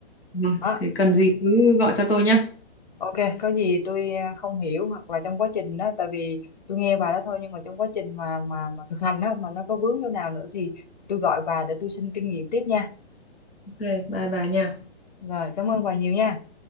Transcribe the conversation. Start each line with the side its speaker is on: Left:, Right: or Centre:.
Centre: rồi.
Left: đó
Centre: thế cần gì cứ gọi cho tôi nhá
Left: Ok, có gì tôi à, không hiểu hoặc là trong quá trình đó, tại vì tôi nghe bà đó thôi nhưng mà trong quá trình mà mà mà thực hành đó mà nó có vướng chỗ nào nữa thì tôi gọi bà để tôi xin kinh nghiệm tiếp nha.
Centre: ok bye bà nha
Left: Rồi, cảm ơn bà nhiều nha.